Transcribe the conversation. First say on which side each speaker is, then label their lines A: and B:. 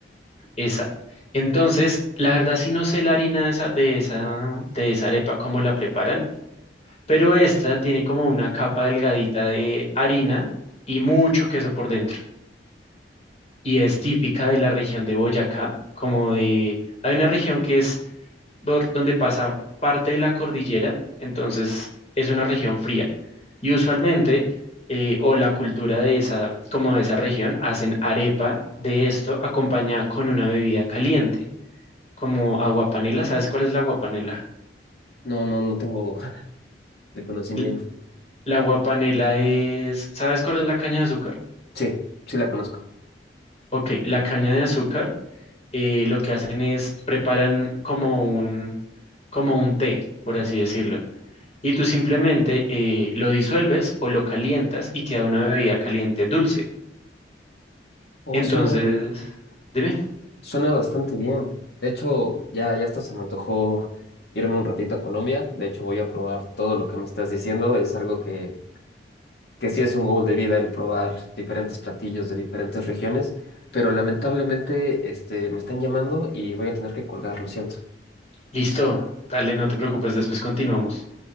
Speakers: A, on the left; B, on the left.
A: esa. Entonces, la verdad sí no sé la harina de esa, de esa, de esa arepa, cómo la preparan, pero esta tiene como una capa delgadita de harina y mucho queso por dentro. y es típica de la región de Boyacá, como de, hay una región que es por donde pasa parte de la cordillera, entonces es una región fría. Y usualmente, eh, o la cultura de esa, como de esa región, hacen arepa de esto acompañada con una bebida caliente, como aguapanela. ¿Sabes cuál es la aguapanela?
B: No, no, no tengo <laughs> reconocimiento.
A: L- La aguapanela es, ¿sabes cuál es la caña de azúcar?
B: Sí, sí la conozco.
A: Ok, la caña de azúcar eh, lo que hacen es preparan como un, como un té, por así decirlo. Y tú simplemente eh, lo disuelves o lo calientas y queda una bebida caliente dulce.
B: Oh,
A: Entonces,
B: suena,
A: dime,
B: suena bastante bien. De hecho, ya, ya hasta se me antojó irme un ratito a Colombia. De hecho, voy a probar todo lo que me estás diciendo. Es algo que, que sí es un goal de vida el probar diferentes platillos de diferentes regiones. Pero lamentablemente, este, me están llamando y voy a tener que colgar, lo siento.
A: listo, dale, no te preocupes, después continuamos.